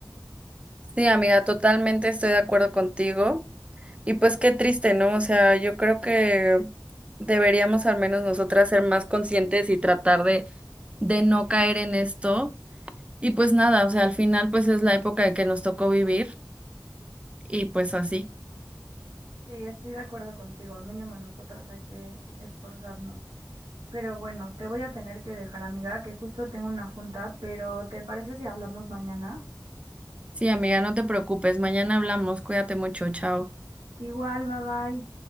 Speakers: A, on the right; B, on the right.
A: Sí, amiga, totalmente estoy de acuerdo contigo. Y pues qué triste, ¿no? O sea, yo creo que deberíamos al menos nosotras ser más conscientes y tratar de, de no caer en esto. Y pues nada, o sea, al final pues es la época que nos tocó vivir y pues así.
B: Sí, estoy de acuerdo contigo, mínimo nosotras hay que esforzarnos. Pero bueno, te voy a tener que dejar, amiga, que justo tengo una junta, pero ¿te parece si hablamos mañana?
A: Sí, amiga, no te preocupes, mañana hablamos, cuídate mucho, chao.
B: Igual, bye bye.